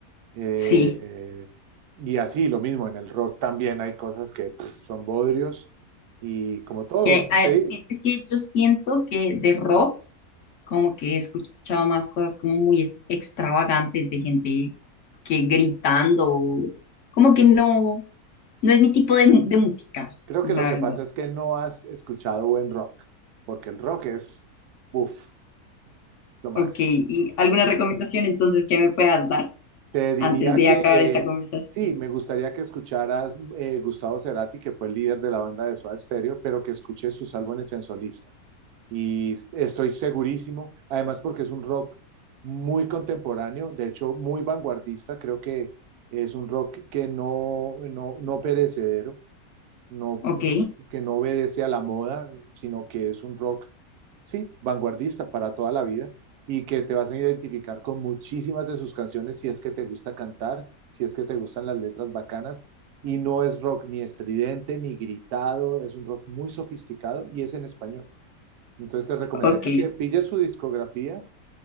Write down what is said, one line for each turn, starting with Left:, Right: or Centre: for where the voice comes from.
Right: Eh,
Left: sí.
Right: eh, y así, lo mismo, en el rock también hay cosas que pff, son bodrios y como todo,
Left: Y hay- hay-
Right: te-
Left: sí, es que yo siento que de rock, como que he escuchado más cosas como muy ex- extravagantes de gente que gritando, o- como que no, no es mi tipo de, mu- de música,
Right: creo
Left: la
Right: que lo que
Left: verdad.
Right: pasa es que no has escuchado buen rock, porque el rock es, uff, es lo máximo.
Left: Ok, ¿y alguna recomendación entonces que me puedas dar
Right: Te diría
Left: antes de
Right: que
Left: acabar esta conversación?
Right: sí, me gustaría que escucharas eh, Gustavo Cerati, que fue el líder de la banda de Soda Stereo, pero que escuches sus álbumes en solista. Y s- estoy segurísimo, además porque es un rock muy contemporáneo, de hecho muy vanguardista, creo que es un rock que no, no, no perecedero no,
Left: Ok,
Right: no- que no obedece a la moda, sino que es un rock, sí, vanguardista para toda la vida y que te vas a identificar con muchísimas de sus canciones si es que te gusta cantar, si es que te gustan las letras bacanas. Y no es rock ni estridente ni gritado, es un rock muy sofisticado y es en español. Entonces te recomendaría
Left: ok,
Right: que pilles su discografía,